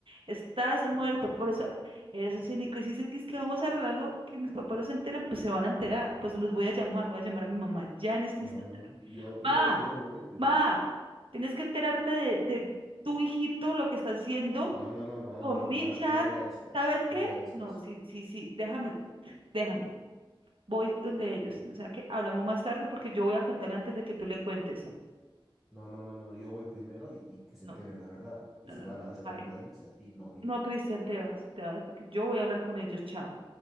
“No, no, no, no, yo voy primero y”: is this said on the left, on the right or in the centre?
Centre